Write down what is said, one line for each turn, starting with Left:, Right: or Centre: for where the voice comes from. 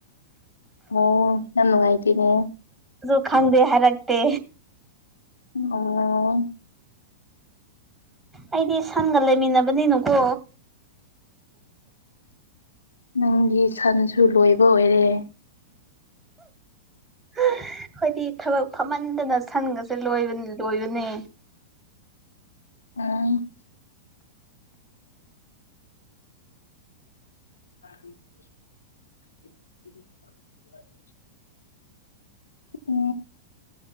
Left: ꯑꯣ ꯅꯪ ꯉꯥꯏꯇꯅꯦ
Right: ꯑꯗꯨꯨ ꯈꯪꯗꯦ ꯍꯥꯏꯔꯛꯇꯦ
Left: ꯑꯣ
Right: ꯑꯩꯗꯤ ꯁꯟꯒ ꯂꯩꯃꯤꯟꯅꯕꯅꯤꯅꯨꯀꯣ
Left: ꯅꯪꯒꯤ ꯁꯟꯁꯨ ꯂꯣꯏꯕ ꯑꯣꯏꯔꯦ
Right: ꯑꯩꯣꯏꯗꯤ ꯊꯕꯛ ꯐꯝꯍꯟꯗꯅ ꯁꯟꯒꯁꯦ ꯂꯣꯏꯕ ꯂꯣꯏꯕꯅꯦ
Left: ꯑꯝ <unintelligible> ꯎ